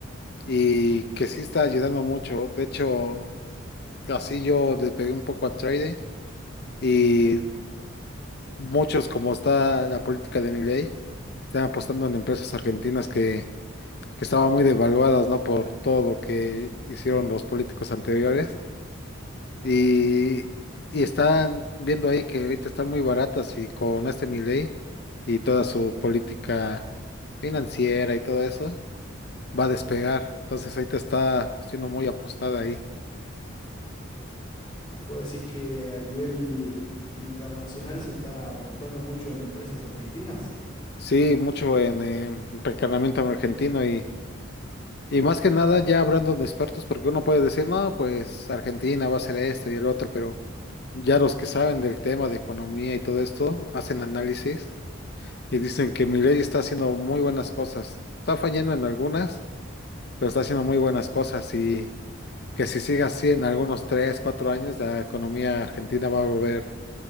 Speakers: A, on the left; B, on the left.
A: y que sí está ayudando mucho. De hecho, así yo le pegué un poco a trading. Y Muchos, como está la política de Milei, están apostando en empresas argentinas que, que estaban muy devaluadas, ¿no? Por todo lo que hicieron los políticos anteriores. Y, y están viendo ahí que ahorita están muy baratas y con este Milei y toda su política financiera y todo eso, va a despegar. Entonces ahorita está siendo muy apostada ahí.
B: Vos decís que a nivel internacional se está apostando mucho en empresas argentinas.
A: Sí, mucho en eh, encarnamiento argentino y Y más que nada ya hablando de expertos, porque uno puede decir, no, pues Argentina va a hacer esto y el otro, pero ya los que saben del tema de economía y todo esto hacen análisis y dicen que Milei está haciendo muy buenas cosas. Está fallando en algunas, pero está haciendo muy buenas cosas y que si sigue así en algunos tres, cuatro años, la economía argentina va a volver